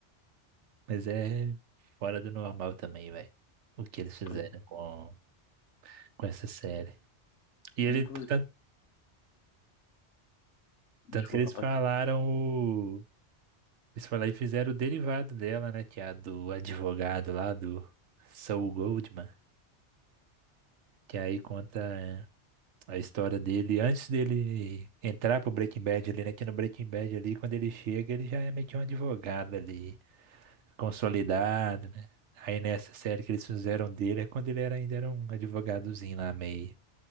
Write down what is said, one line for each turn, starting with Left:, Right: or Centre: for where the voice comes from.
Right: Mas é fora do normal também, velho. O que eles fizeram
Left: Foi.
Right: com, com essa série. E ele,
Left: Inclusive,
Right: tan-
Left: desculpa,
Right: tanto, que eles
Left: Paquita.
Right: falaram o. Eles falaram e fizeram o derivado dela, né? Que é a do advogado lá, do Saul Goldman. Que aí conta. A história dele, antes dele entrar pro Breaking Bad ali, né? Que no Breaking Bad ali, quando ele chega, ele já é meio que um advogado ali, consolidado, né? Aí nessa série que eles fizeram dele é quando ele era, ainda era um advogadozinho lá, meio